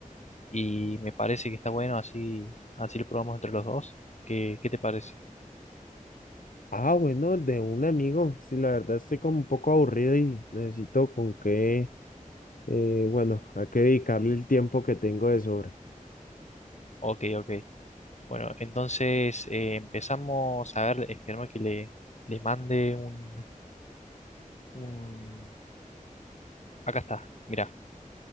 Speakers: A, on the left; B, on the left.
A: y me parece que está bueno, así, así lo probamos entre los dos. ¿Qué, qué te parece?
B: Ah, bueno, el de un amigo. Sí, la verdad estoy como un poco aburrido y necesito con qué, eh, bueno, a qué dedicarle el tiempo que tengo de sobra.
A: Ok, ok. Bueno, entonces eh, empezamos a ver, esperemos que le, le mande un, un... Acá está, mira.